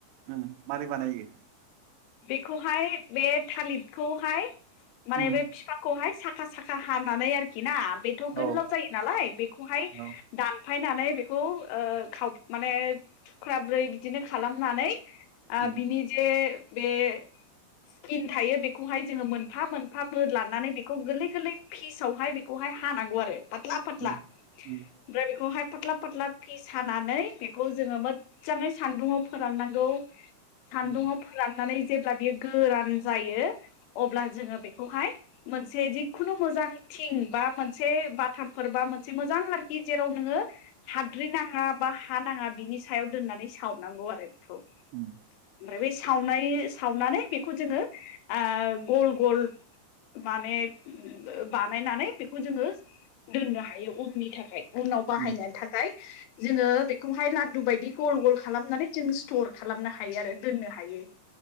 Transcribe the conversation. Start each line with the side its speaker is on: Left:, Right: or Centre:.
Right: ओं मारै बानायो
Left: बेखौहाय बे थालिरखौहाय माने
Right: उम
Left: बे बिफाखौहाय सा खा साखा हानानै आरोखि ना बेथ' गोलाव
Right: औ
Left: जायो नालाय बेखौहाय
Right: औ
Left: दान फायनानै बेखौ ओ खाव माने थुख्राब्रै बिदिनो खालामनानै । ओ
Right: उम
Left: बिनि जे बे स्किन थायो बेखौहाय जोङो मोनफा मोनफा बोदलानानै बेखौ गोरलै-गोरलै फिस आवहाय बेखौ हाय हानांगौ‌ आरो पाथ्ला-पाथ्ला
Right: उम
Left: ओमफ्राय
Right: उम
Left: बेखौहाय पाथ्ला पाथ्ला फिस हानानै बेखौ जोङो मोजाङै सान्दुंङाव फोराननांगौ। सान्दुङाव
Right: उम
Left: फोराननानै जेब्ला बियो गोरान जायो। अब्ला जोङो बेखौहाय मोनसे जिखुनु मोजां थिं बा मोनसे बाथामफोर बा मोनसे मोजां आरोखि जेराव नोङो हाद्रि नाङा बा हा नाङा बिनि सायाव दोननानै साव नांगौव आरो बेखौ ओमफ्राय
Right: उम
Left: बे सावनाय सावनानै बेखौ जोङो ओ गल गल माने बानायनानै बेखौ जोङो दोननो हायो उननि थाखाय। उनाव बाहायनो
Right: उम
Left: थाखाय जोङो बेखौहाय ला रु बायदि गल-गल खालामनानै जों स्टर खालामनो हायो आरो दोननो हायो ।